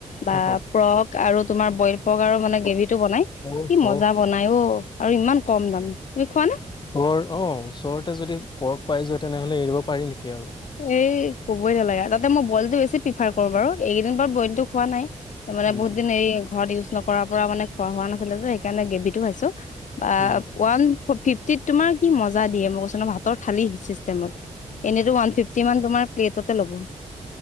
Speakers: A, on the left; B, on the left.
A: বা
B: অ
A: প্ৰক আৰু তোমাৰ বলই পগ আৰু মানে গ্ৰেভিটো বনাই কি
B: অ
A: মজা
B: অ,
A: বনাই অ আৰু ইমান কম দাম তুমি খোৱা নে
B: ওৰ অ ওচৰতে যদি পৰ্ক পাই যোৱা তেনেহলে এৰিব পাৰি নেকি আৰু
A: এই ক'বই নালাগা তাতে মই বইলতটো বেছি প্ৰিফাৰ কৰো বাৰু এইকেইদিন ব বইলতটো খোৱা নাই মানে
B: উম
A: বহুত দিন এই ঘৰত ইউজ নকৰ পৰা মানে খোৱা হোৱা নাছিলে যে সেইকাৰণে গ্ৰেভি টো খাইছো বা
B: উম
A: ওৱান ফিফটিত তোমাৰ কি মজা দিয়ে মই কৈছ ভাতৰ থালি চিষ্টেমত এনেতো ওৱান ফিফটি মান তোমাৰ প্লেটতে ল'ব